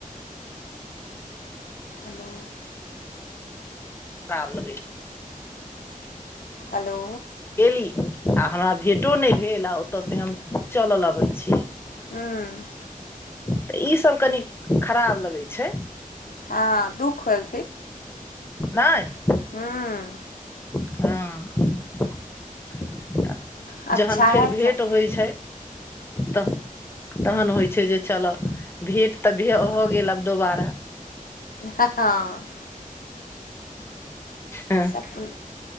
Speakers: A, on the left; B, on the left.
A: हेलो
B: पावल द <unintelligible>
A: हेलो
B: अली आ हमरा भेटो नहि भेल आ ओतयसँ हम चलल अबैत छियै
A: हँ
B: तऽ ईसभ की खराब लगै छै
A: हँ दुःख होयल
B: नहि
A: हँ
B: हँ तऽ
A: अच्छा
B: जहन फेर
A: है सप
B: भेट होइ छै तऽ तखन होइ छै जे चलह भेट तऽ भ हो गेल आब दोबारा
A: हँ हँ
B: हँ
A: सपना